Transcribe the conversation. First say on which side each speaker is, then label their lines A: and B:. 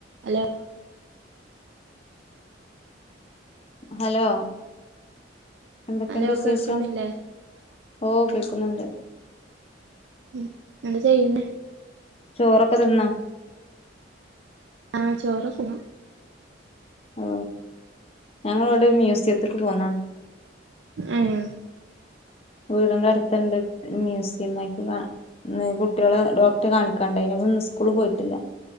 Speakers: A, on the right (about 65°); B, on the left (about 30°).
A: hello
B: hello എന്തൊക്കെയണ്ട്
A: Hello
B: വിശേഷം
A: കേൾക്കുന്നില്ലേ
B: ഓ കേക്കുന്നുണ്ട്
A: മ്മ് എന്താ ചെയ്യുന്നേ
B: ചോറൊക്കെ തിന്നോ
A: ആ ചോറോക്കെതിന്നു
B: ഓ ഞങ്ങള് ഇവിടെ ഒരു മ്യൂസിയത്തേക്ക് പോന്നതാണ്
A: ഏഹ്
B: വീടിന്റെ അടുത്തുണ്ട് മ്യൂസിയം ആയിക്ക് കാ കുട്ടികളെ ഡോക്ടറെ കാണിക്കാൻ ഇണ്ടായിന്ന് അപ്പൊ ഇന്ന് സ്കൂള് പോയിട്ടില്ല